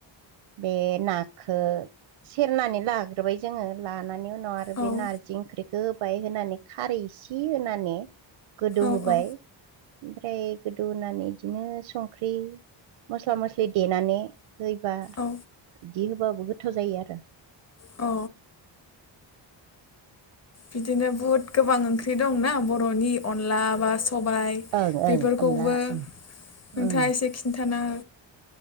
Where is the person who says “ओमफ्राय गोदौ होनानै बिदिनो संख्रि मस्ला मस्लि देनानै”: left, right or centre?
Right